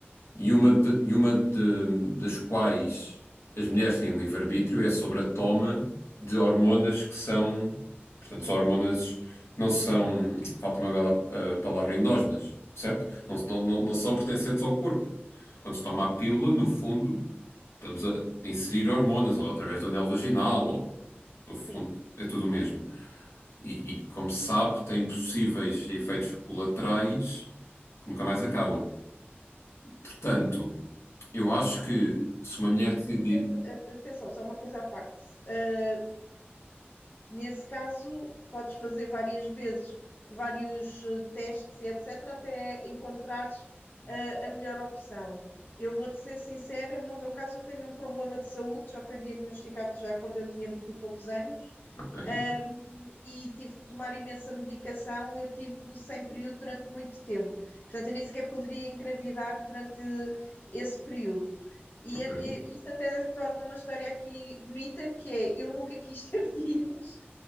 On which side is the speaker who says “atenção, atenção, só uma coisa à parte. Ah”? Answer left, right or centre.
Left